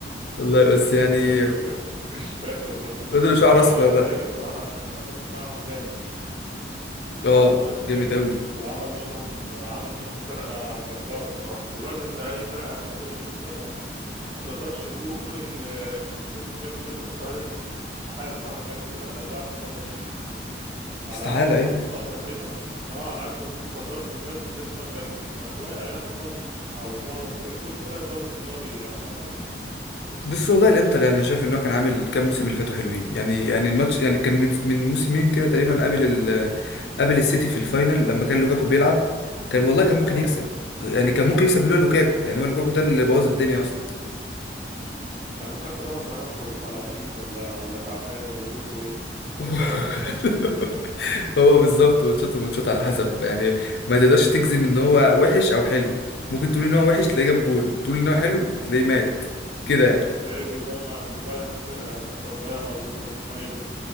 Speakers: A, on the left; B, on the right.
A: والله بس يعني
B: آه، <laughs> مش فاكر بس
A: الواد اللي شعره
B: لا
A: اصفر
B: هو انزاجي
A: ده
B: بصراحه المدرب بتاعهم جامد انزاجي
A: اه
B: مدرب
A: جامد
B: جامد
A: قوي
B: و- وعمل منهم عمل منهم فرقه جباره بصراحه دلوقتي انت اي فرقه هتقابل الانتر يعني ما تقدرش تقول ان بنسبه 100% ان الانتر هيخسر استحاله مهما كانت الفرقه اللي هتلعب قدامها دي مين على
A: استحالة
B: عكس من
A: أيوة
B: فتره كده اه على عكس الفترات اللي فاتت الانتر كان واقع يعني خالص او معظم فرق كل فرق الدوري الايطالي عامه يعني
A: بس والله الإنتر يعني أنا شايف إن هو كان عامل كام موسم اللي فاتوا حلوين يعني يعني الماتش يعني كان من من موسمين كده تقريبا قابل ال قابل السيتي في الفاينل لما كان لوكاكو بيلعب كان والله كان ممكن
B: اه
A: يكسب
B: كان
A: يعني كان ممكن يكسب لولا لوكاكو يعني هو لوكاكو ده اللي بوظ الدنيا أصلا
B: لوكاكو ده ما تعرفش هو لعيب ولا ولا تعبان ولا ظروفه ايه
A: <laughs>
B: ماتشات وماتشات
A: هو بالظبط ماتشات وماتشات على حسب يعني ما تقدرش تجزم إن هو وحش أو حلو ممكن تقول إن هو وحش تلاقيه جاب جول تقول إن هو حلو تلاقيه مات كده يعني
B: تلاقيه بيضيع بيضيع الفرقة أساسا ويضيع مجهود زمايله